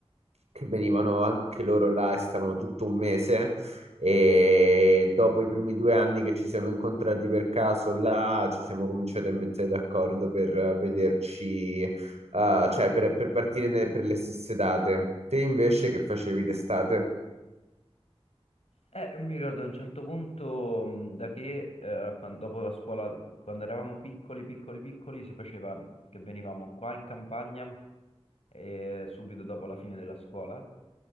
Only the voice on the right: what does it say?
che venivano anche loro là e stavano tutto un mese. E dopo i primi due anni che ci siamo incontrati per caso là, ci siamo cominciati a mettere d'accordo per vederci, eh, cioè per, per partire ne- per le stesse date. Te invece che facevi d'estate?